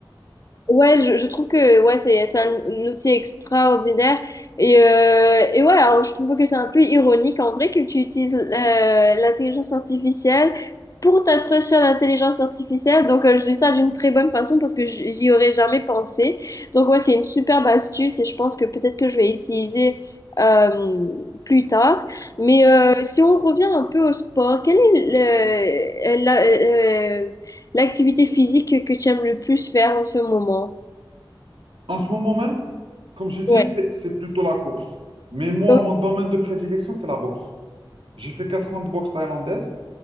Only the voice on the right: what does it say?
En ce moment même, comme j'ai dit,
c'est c'est plutôt la course. Mais moi,
mon domaine de prédilection, c'est la boxe. J'ai fait 4 ans de boxe thaïlandaise.